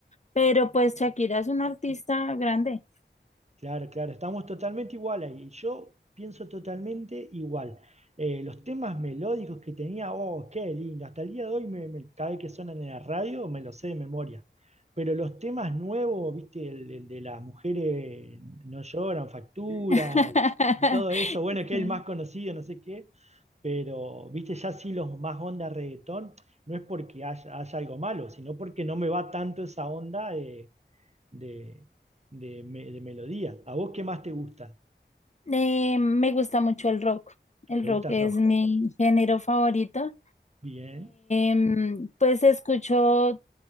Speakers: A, on the left; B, on the right.
A: pero pues Shakira es una artista grande.
B: Claro, claro, estamos totalmente igual ahí. Yo pienso totalmente igual. Eh, los temas melódicos que tenía, oh, qué lindo. Hasta el día de hoy, me, me- cada vez que suenan en la radio, me los sé de memoria. Pero los temas nuevos, viste, el, el de las mujeres no lloran, facturan
A: <laughs>
B: y todo eso, bueno, que
A: Sí.
B: es el más conocido, no sé qué, pero, viste, ya sí los más onda reggaetón, no es porque haya, haya algo malo, sino porque no me va tanto esa onda. eh, de, de me- de melodía. ¿A vos qué más te gusta?
A: Eh, me gusta mucho el rock. El
B: ¿Te
A: rock
B: gusta el
A: es
B: rock?
A: mi género favorito.
B: Bien.
A: Em, pues escucho